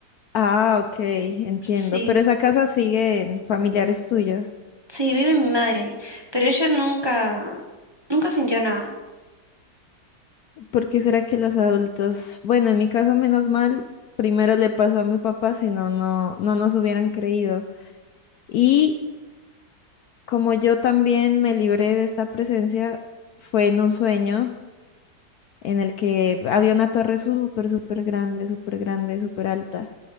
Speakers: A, on the left (about 70°); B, on the right (about 20°).
A: Ah, ok, entiendo.
B: Sí,
A: Pero esa casa sigue en familiares tuyos.
B: sí, vive mi madre ahí, pero ella nunca, nunca sintió nada.
A: ¿Por qué será que los adultos, bueno, en mi caso, menos mal, primero le pasó a mi papá, si no, no, no nos hubieran creído. Y como yo también me libré de esta presencia, fue en un sueño en el que había una torre súper, súper grande, súper grande, súper alta.